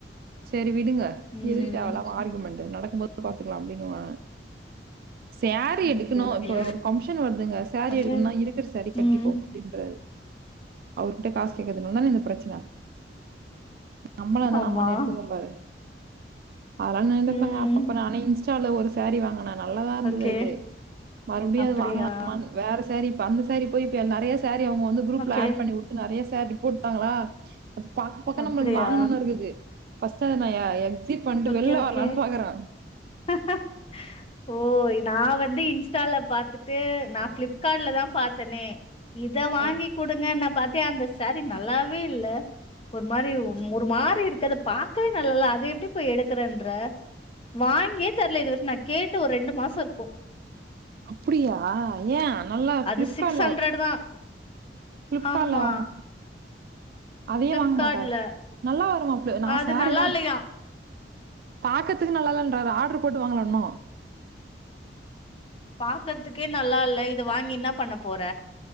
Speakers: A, on the right; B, on the left.
A: சரி விடுங்க
B: ம்
A: எதுக்கு தேவெல்லாம ஆர்க்யுமெண்ட் நடக்கும்போது பாத்துக்கலா அப்டின்னுவா சேரீ எடுக்கணு
B: ஓகே ஓகே
A: இப்போ ஒரு ஃபங்க்ஷன் வருதுங்க சாரீ
B: ஓகே
A: எடுக்கணுனா இருக்கிற சேரீ கட்
B: ம்
A: அப்டின்றாரு அவர்கிட்ட காசு கேக்குதுனால தானே இந்த பிரச்சன நம்மளான
B: ஆமா
A: நம்மனு எடுத்துக்கோப்பாரு அதெல்லா நெனைப்பாங்க
B: ம்
A: அப்ப ப்போ நான் இன்ஸ்டாவால ஒரு சாரீ வாங்கினே நல்லதா இருந்தது
B: ஓகே
A: அது மறுபடியு
B: அப்டியா
A: அது வாங்கலாமான் வேற சேரீ இப்ப அந்த சேரீ போய் இப்ப நெறைய சேரீ அவங்க வந்து குரூப்ல
B: ஓகே
A: ஆட் பண்ணி வு ட்டு நெறய சேரீ போட்டாங்களா அது பாக்க பாக்க
B: அப்டியா
A: நம்மளுக்கு வாங்கணுனு இருக்குது ஃபஸ்ட்ட நா எ எக்ஸிட் பண்ட்டு
B: ஓகே
A: வெள்ல
B: ஓகே
A: வரலான்னு பாக்குறே
B: <unintelligible>
A: <unintelligible>
B: ஓய் நா வந்து இன்ஸ்டால பாத்துட்டு நா ஃப்ளிப்கார்ட்லதா பாத்தேனே இத வாங்கி
A: அ
B: குடுங்கன்ன பாத்தே அந்த சாரீ நல்லாவே இல்ல ஒரு மாரி ஒரு மாரி இருக்கு பாக்கவே நல்லல்ல அத எப்டி போய் எடுக்குறேன்ற வாங்கியே தரல இதுவரைக்கு நா கேட்டு ஒரு ரெண்டு மாசோ இருக்கு
A: அப்புடியா ஏ நல்லா ஃப்ளிப்கார்ட்ல
B: அது சிக்ஸ் ஹண்ட்ரட் தா
A: ஃப்ளிப்கார்ட்ல
B: ஆமா
A: வாங்க அதே
B: ஃப்ளிப்கார்ட்ல
A: வாங்க மாட்டார் நல்லா வருமா அப்ல நா
B: அது
A: சேரிலா
B: நல்லா இல்லையா
A: பாக்கறக்கு நல்லாதான்றார் ஆட்ரு போட்டு வாங்கல இன்னு
B: பாக்குறதுக்கே நல்லா இல்ல இத வாங்கி என்ன பண்ண போற